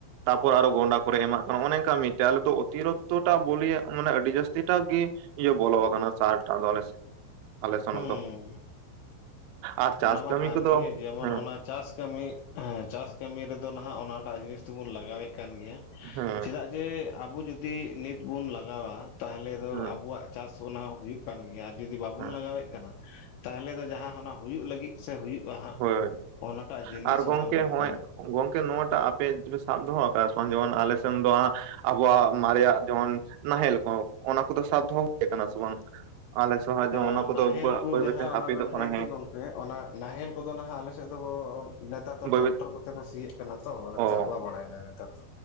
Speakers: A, on the right (about 80°); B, on the left (about 75°).
A: ᱛᱟᱯᱚᱨ ᱟᱨᱚ ᱜᱚᱱᱰᱟ ᱠᱚᱨᱮ ᱮᱢᱟᱜ ᱠᱟᱱᱟ ᱚᱱᱮ ᱠᱟ ᱢᱤᱫᱴᱮᱱ ᱟᱞᱮᱫ ᱫᱚ ᱚᱛᱤᱨᱤᱠᱛᱚ ᱴᱟ ᱵᱚᱞᱤᱭ ᱢᱟᱱᱮ ᱟᱹᱰᱤ ᱡᱟᱹᱥᱛᱤ ᱴᱟᱜ ᱜᱮ᱾ ᱤᱭᱟᱹ ᱵᱚᱞ ᱠᱟᱱᱟ ᱥᱟᱨ ᱴᱟ ᱟᱞᱮ <inaudible> ᱟᱞᱮ ᱥᱮᱱᱟᱜ
B: ᱦᱩᱸ
A: ᱫᱚ ᱟᱨ ᱪᱟᱥ
B: ᱚᱱᱟ ᱢᱟ
A: ᱠᱟᱹᱢᱤ
B: ᱠᱟᱱ
A: ᱠᱚᱫᱚ
B: ᱜᱮ ᱡᱮᱢᱚᱱ
A: ᱦᱮᱸ
B: ᱚᱱᱟ ᱪᱟᱥ ᱠᱟᱹᱢᱤ᱾ ᱦᱮᱸ ᱪᱟᱥ ᱠᱟᱹᱢᱤ ᱨᱮᱫᱚ ᱱᱟᱦᱟᱜ ᱚᱱᱟᱴᱟᱜ ᱡᱤᱱᱤᱥ ᱫᱚᱵᱚᱱ ᱞᱟᱜᱟᱣᱮᱫ ᱠᱟᱱ ᱜᱮᱭᱟ᱾
A: ᱦᱩᱸ
B: ᱪᱮᱫᱟᱜ ᱡᱮ ᱟᱵᱚ ᱡᱩᱫᱤ ᱱᱤᱛ ᱵᱚᱱ ᱞᱟᱜᱟᱣᱟ ᱛᱟᱦᱚᱞᱮ ᱫᱚ
A: ᱦᱮᱸ
B: ᱟᱵᱚᱣᱟᱜ᱾ ᱪᱟᱥ ᱚᱱᱟ ᱦᱩᱭᱩᱜ ᱠᱟᱱ ᱜᱮᱭᱟ, ᱟᱨ ᱡᱩᱫᱤ ᱵᱟᱵᱚᱱ
A: ᱦᱮᱸ
B: ᱞᱟᱜᱟᱣᱮᱫ ᱠᱟᱱᱟ ᱛᱟᱦᱚᱞᱮ ᱫᱚ ᱡᱟᱦᱟᱸ ᱦᱟᱱᱟ ᱦᱩᱭᱩᱜ᱾ ᱞᱟᱹᱜᱤᱫ ᱥᱮ ᱦᱩᱭᱩᱜᱼᱟ ᱦᱟᱸᱜ
A: ᱦᱳᱭ
B: ᱚᱱᱟᱴᱟᱜ ᱡᱤᱱᱤᱥ
A: ᱟᱨ
B: ᱦᱚᱸ
A: ᱜᱚᱝᱠᱮ
B: ᱵᱟᱝ ᱦᱩᱭᱩᱜ
A: ᱦᱚᱸᱜᱼᱚᱭ
B: ᱠᱟᱱᱟ᱾
A: ᱜᱚᱝᱠᱮ ᱱᱚᱣᱟᱴᱟᱜ ᱟᱯᱮᱯᱮ ᱥᱟᱵ ᱫᱚᱦᱚ ᱟᱠᱟᱫᱟ ᱥᱮ ᱵᱟᱝ ᱡᱮᱢᱚᱱ ᱟᱞᱮ ᱥᱮ ᱫᱚ ᱦᱟᱜ ᱟᱵᱚᱣᱟᱜ ᱢᱟᱨᱮᱭᱟᱜ ᱡᱮᱢᱚᱱ ᱱᱟᱦᱮᱞ ᱠᱚ ᱚᱱᱟ ᱠᱚᱫᱚ ᱥᱟᱵ ᱫᱚᱦᱚ ᱦᱩᱭᱩ ᱟᱠᱟᱱᱟ ᱥᱮ ᱵᱟᱝ ᱟᱞᱮ᱾ ᱡᱚᱱ
B: ᱚ
A: ᱚᱱᱟ ᱠᱚᱫᱚ
B: ᱱᱟᱦᱮᱞ ᱠᱚ
A: ᱵᱟᱹᱭ
B: ᱡᱟᱦᱟᱸ
A: ᱵᱟᱹᱭᱛᱮ ᱦᱟᱯᱤᱫᱚᱜ
B: ᱚᱱᱟ ᱵᱮᱱ
A: ᱠᱟᱱᱟ
B: ᱞᱟᱹᱭ
A: ᱦᱮᱸ
B: ᱠᱮᱫ ᱜᱚᱝᱠᱮ ᱚᱱᱟ ᱱᱟᱦᱮᱞ ᱠᱚᱫᱚ ᱱᱟᱦᱟᱜ ᱟᱞᱮ ᱥᱮᱫ ᱫᱚ ᱱᱮᱛᱟᱨ ᱫᱚ
A: ᱵᱟᱹᱭ
B: ᱴᱮᱠᱴᱚᱨ
A: ᱵᱟᱹᱭ
B: ᱾ ᱛᱮ ᱠᱚ ᱥᱤᱭᱚᱜ ᱠᱟᱱᱟ ᱛᱚ
A: ᱚ
B: ᱪᱟᱵᱟ ᱵᱟᱲᱟᱭᱱᱟ ᱱᱮᱛᱟᱨ ᱫᱚ᱾